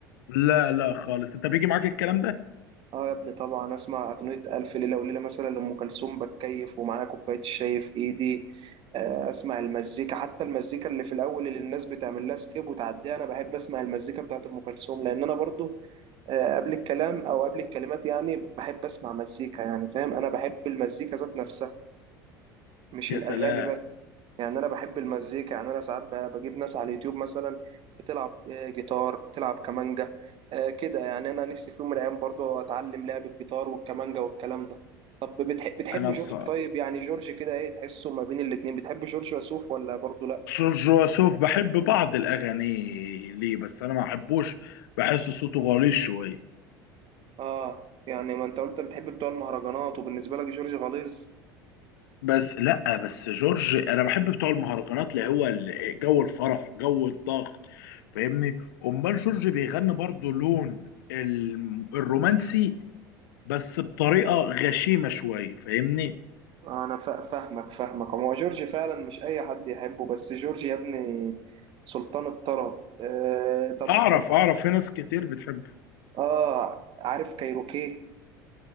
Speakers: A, on the left; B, on the right.
A: لا لا خالص انت بيجي معاك الكلام ده
B: اه يا ابني طبعا اسمع اغنيه الف ليله وليله مثلا لام كلثوم بتكيف ومعايا كوبايه الشاي في ايدي آه، اسمع المزيكا حتى المزيكا اللي في الاول اللي الناس بتعمل لها سكيب وتعديها انا بحب اسمع المزيكا بتاعت ام كلثوم لان انا برضو آه، قبل الكلام او قبل الكلمات يعني بحب اسمع مزيكا يعني فاهم انا بحب المزيكا ذات نفسها مش
A: يا
B: الاغاني
A: سلام
B: بس يعني انا بحب المزيكا يعني انا ساعات ب- بجيب ناس على اليوتيوب مثلا بتلعب آه، جيتار بتلعب كمانجا آه، كده يعني انا نفسي في يوم من الايام برضو اتعلم لعب الجيتار والكمانجا والكلام ده طب بتحب بتحب
A: انا
B: جورج
A: بص
B: طيب يعني جورج كده ايه تحسه ما بين الاتنين بتحب جورج وسوف ولا برضو لا
A: جورج وسوف بحب بعض الأغاني ليه بس أنا ما بحبوش بحس صوته غليظ شوية
B: اه يعني ما انت قلت بتحب بتوع المهرجانات وبالنسبة لك جورج غليظ
A: بس لأ بس جورج أنا بحب بتوع المهرجانات اللي هو ال- جو الفرح جو الضغط فاهمني أمال جورج بيغني برضه لون الم- الرومانسي بس بطريقة غشيمة شوية فاهمني
B: آه، انا فا- فاهمك فاهمك هو جورج فعلا مش اي حد يحبه بس جورج يا ابني سلطان الطرب آه طب
A: أعرف أعرف في ناس كتير بتحبه
B: اه عارف كايروكي